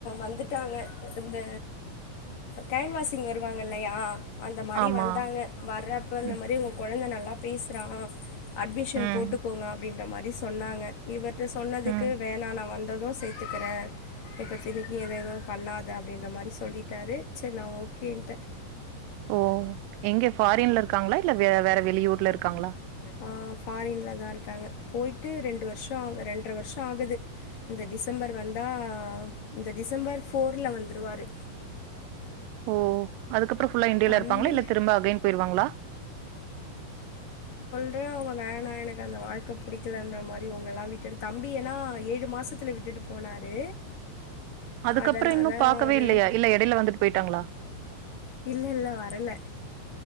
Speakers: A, on the left; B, on the right.
A: வந்துட்டாங்க இந்த கேன்வாஷிங் வருவாங்கில்லையா? அந்த மாரி
B: ஆமா.
A: வந்தாங்க வர்றப்ப இந்த
B: ம்.
A: மாரி உங்க கொழந்த நல்லாப் பேசுறா அட்மிஷன்
B: ம்.
A: போட்டுக்கோங்க இந்த மாரி சொன்னாங்க இவர் ட்ட சொன்னதுக்கு
B: ம்.
A: வேணா ந வந் வந்ததூ சேத்துக்கிறே இப்பத்தினிக்கு எது எதுவு பண்ணாத அப்டின்ற மாரி சொல்லிட் டாரு செர் நா ஓகேன்ட்டே
B: ஓ எங்க ஃபாரின்ல இருக்காங்ளா இல்ல வே வேற வெளியூர்ல இருக்காங்ளா.
A: ஆ ஃபாரின்ல தாருக்காங்க போயிட்டு ரெண்டு வர்ஷோ ஆக ரெண்ட்ர வர்ஷோ ஆகுது இந்த டிசம்பர் வந்தா இந்த டிசம்பர் ஃபோர்ல வந்துருவாரு.
B: ஓ அதுக்கப்றோ ஃபுல்லா இண்டியால
A: தம்பி
B: இருப்பாங்ளா இல்ல திரும்ப அகைன் போயிருவாங்ளா.
A: அவுங்க வேணா எனக்கு அந்த வாழ்க்க புடிக்கலன்ற மாரி உங்கல்லா விட்டுட்டு தம்பி ஏனா ஏழு மாசத்து துல விட்டுட்டு போனாரு.
B: அதுக்கப்புற
A: அதனால
B: இன்னு பாக்கவே
A: ஒரு
B: இல்லையா இல்ல எடையில வந்துட்டு போயிட்டாங்ளா.
A: இல்லல்ல வரல.